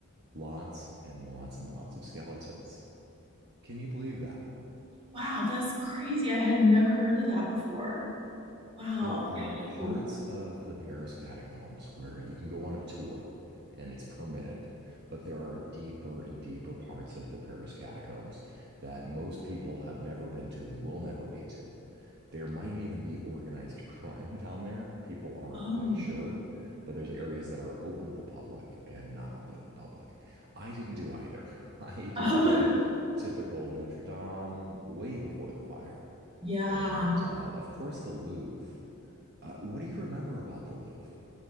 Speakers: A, on the right; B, on the right.
A: lots and lots and lots of skeletons. Can you believe that?
B: Wow, that's crazy. I had never heard of that before. Wow.
A: there are parts
B: Oh.
A: of the Paris catacombs where you can go on a tour and it's permitted, but there are deeper and deeper parts of the Paris catacombs that most people have never been to and will never be to. There might even be organized <laughs> crime down there. People aren't
B: Oh.
A: quite sure, but there's areas that are open to the public and not open to the public. I didn't do either. <laughs> I did
B: oh.
A: the
B: <laughs>
A: typical Notre Dame way before the fire.
B: Yeah.
A: And uh, of course, the Louvre uh, what do you remember about the Louvre?